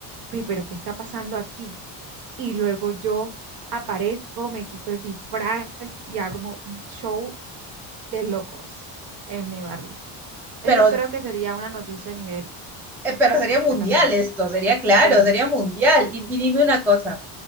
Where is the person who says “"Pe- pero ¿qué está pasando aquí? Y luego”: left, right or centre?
Right